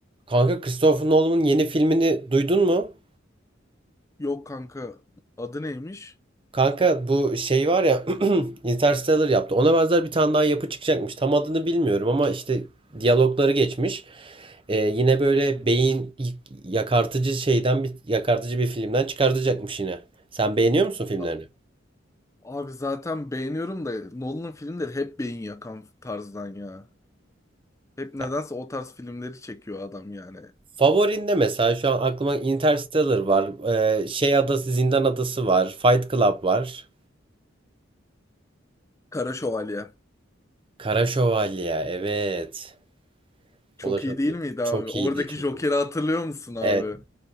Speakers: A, on the right; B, on the left.
A: Kanka Christopher Nolan'ın yeni filmini duydun mu?
B: Yok kanka adı neymiş?
A: Kanka bu şey var ya <clears throat> Interstellar yaptı. Ona benzer bir tane daha yapı çıkacakmış. Tam adını bilmiyorum ama işte diyalogları geçmiş. Ee, yine böyle
B: Hı hı.
A: beyin y- yakartıcı şeyden bir yakartıcı bir filmden çıkartacakmış yine. Sen beğeniyor musun filmlerini?
B: A- Abi zaten beğeniyorum da Nolan'ın filmleri hep beyin yakan tarzdan ya. Hep nedense
A: Ya,
B: o tarz filmleri çekiyor adam yani.
A: Favorinde mesela şu an aklıma Interstellar var. Ee, şey adası,
B: Hı.
A: Zindan Adası var. Fight Club var.
B: Kara Şövalye.
A: Kara Şövalye. Evet.
B: Çok
A: O da çok
B: iyi değil miydi
A: çok
B: abi? Oradaki
A: iyiydi, çok
B: Joker'i
A: iyi.
B: hatırlıyor musun abi?
A: Evet.